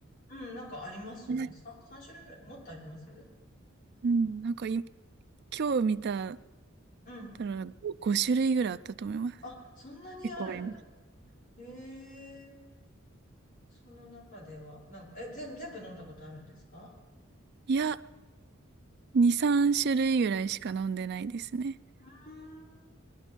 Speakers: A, on the left; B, on the right.
A: うん、なんかありますよね。
B: ね
A: 3、三種類ぐらいもっとあります
B: うん、なんかい今日見た
A: うん。
B: たら5種類ぐらいあったと思います。
A: あ、そんなにあるんだ。
B: 結構あります。
A: へえ。その中では、なんか、え、全部、全部飲んだことあるんですか
B: いや、2、3種類ぐらいしか飲んでないですね。
A: うーん。